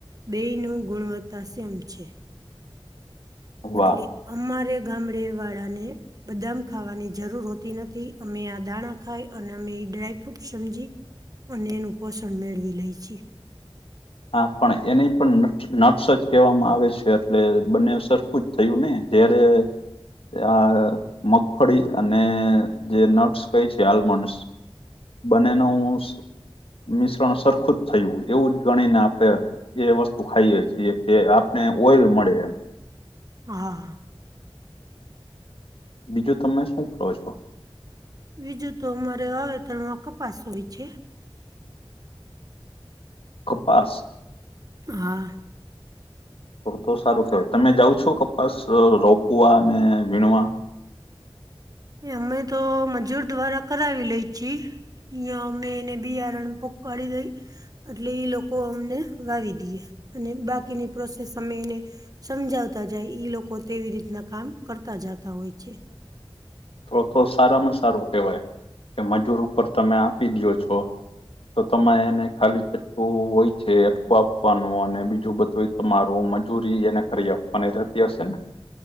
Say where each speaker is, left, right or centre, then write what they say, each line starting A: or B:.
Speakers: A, on the right; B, on the left.
A: બે નુ ગુણવત્તા સેમ છે.
B: વાહ
A: એટલે અમારે ગામડે વાળાને બદામ ખાવાની જરૂર હોતી નથી અમે આ દાણા ખાય અને અમે એ ડ્રાયફ્રૂટ સમજી અને એનું પોષણ મેળવી લે છી.
B: હા પણ એનેઈ પણ ન નટ્સ જ કહેવામાં આવે છે એટલે બંને સરખું જ થયું ને જયારે આ મગફળી અને જે નટસ કઈ છે આલમડસ બનેનું મિશ્રણ સરખું જ થયું એવું જ ગણીને આપણે એ વસ્તુ ખાઈએ છીએ કે આપને ઓઈલ મળે એમ.
A: હા હા
B: બીજું તમે શું કરો છો?
A: બીજું તો અમારે વાવેતરણમાં કપાસ હોય છે.
B: કપાસ
A: હા
B: <inaudible> તો તો સારું કેહેવાય તમે જાવ છો કપાસ રોપવા અનેને વીણવા?
A: એ અમે તો મજૂર દ્વારા કરાવી લઈ છી. યા મેને બીયારણ પોકડી દઈ એટલે એ લોકો અમને વાવી દેે અને બાકીની પ્રોસેસ અમે એને સમજાવતા જાય ઈ લોકો તેવી રીતના કામ કરતા જતા હોય છે.
B: તો તો સારામાં સારું કહેવાય કે મજૂર ઉપર તમે આપી દો છો તો તમારે એને ખાલી જેટલું હોય છે એટલું આપવાનું અને બીજું બધું તમારુ મજૂરી એને કરી આપવાની રહેતી હશે ને?